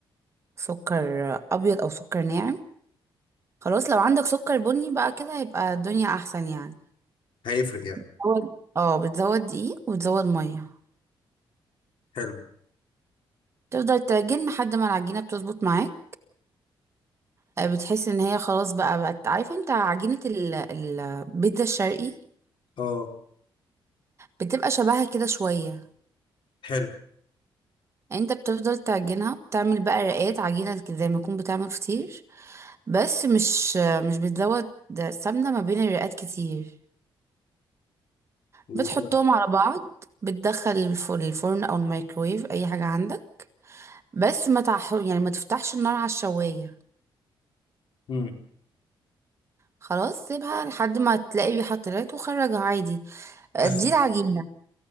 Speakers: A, on the right; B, on the left.
A: سكر أبيض أو سكر ناعم خلاص لو عندك سكر بني بقى كده هيبقى الدنيا أحسن يعني
B: هيفرق يعني
A: أول- اه بتزود دقيق وتزود مية
B: حلو
A: تفضل تعجن لحد ما العجينة بتظبط معاك آه، بتحس ان هي خلاص بقى بقت عارف انت عجينة ال- البيتزا الشرقي
B: اه
A: بتبقى شبهها كده شوية
B: حلو
A: يعني انت بتفضل تعجنها بتعمل بقى رقات عجينة كده زي ما تكون بتعمل فطير بس مش مش بتزود سمنة ما بين الرقات كتير
B: وب-
A: بتحطهم على بعض بتدخل الف- الفرن او الميكرويف اي حاجة عندك بس ما تح... يعني ما تفتحش النار على الشواية
B: مم.
A: خلاص سيبها لحد ما تلاقي ريحة طلعت وخرجها عادي اه،
B: بس
A: دي العجينة